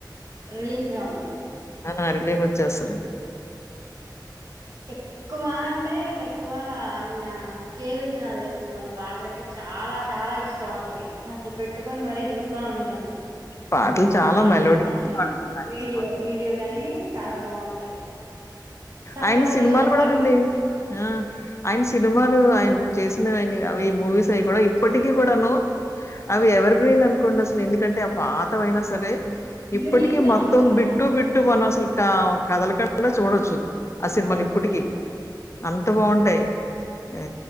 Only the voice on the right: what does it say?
రిలీఫ్ గా ఉంటది
ఎక్కువ అంటే ఎక్కువ ఈన కె విశ్వనాథ్ గారి సినిమాలో పాటలు అంటే చ చాలా చాలా ఇష్టం అసలకి అసల్ పెట్టుకొని మరీ చూస్తా ఉంటాను
ఆడియో
గాని
వీడియో
వీడియో గాని చాలా బాగుంటాయి సప్తపదిలో
ఒక
పాటలు ఉంటాయి
యునిక్ గా
ఉంటాయి కదా
చూడొచ్చు